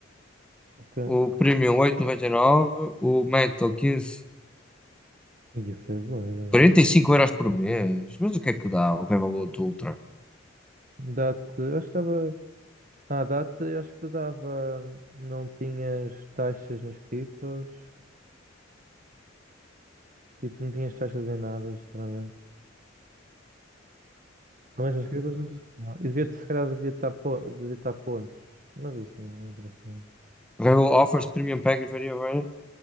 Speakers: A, on the right; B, in the centre.
A: Ok.
B: o Premium oito vírgula noventa e nove o Metal quinze
A: E isso é bom,
B: quarenta
A: já.
B: e cinco euros por mês. Mas o que é que dá o Revolut Ultra?
A: Dá-te, eu acho que estava. Ah, dá-te, eu acho que te dava. Não tinhas taxas nas criptos, tipo, não tinhas taxas em nada, geralmente. Não, Mas as crianças não têm. Não. E devia, se calhar devia estar, po- devia estar pontos. Mas isso não interessa. muito.
B: Rail offers premium package for variable,